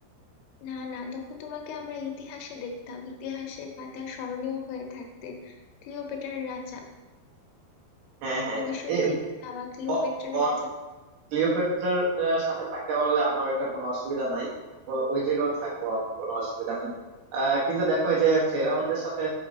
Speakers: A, on the left (about 80°); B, on the right (about 70°).
A: না না তখন তোমাকে আমরা ইতিহাসে দেখতাম ইতিহাসের পাতায় স্মরণীয় হয়ে থাকতে ক্লিওপেট্রার রাজা
B: হ্যাঁ হ্যাঁ
A: ভবিষ্যৎ
B: হ্যাঁ
A: থেকে যাওয়া ক্লিওপেট্রার
B: এই
A: রাজা
B: ক্লিওপেট্রার আহ, সাথে থাকতে পারলে আমার এটা কোনো অসুবিধা নাই ও- ওই জায়গাও থাকবো আমি, কোনো অসুবিধা নাই আহ, কিন্তু দেখো এই যে ফেরাউনদের সাথে